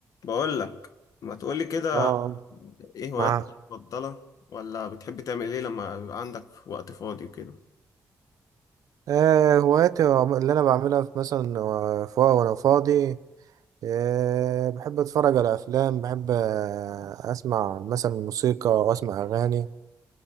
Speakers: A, on the left; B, on the right.
A: بقول لك ما تقولي مم. كده
B: اه
A: ايه هواياتك
B: معاه
A: المفضلة ولا بتحب تعمل ايه لما يبقى عندك وقت فاضي وكده
B: آه هواياتي وعم- اللي انا بعملها في مثلا و- ف- وانا فاضي آه بحب اتفرج على افلام بحب آه اسمع مثلا موسيقى واسمع اغاني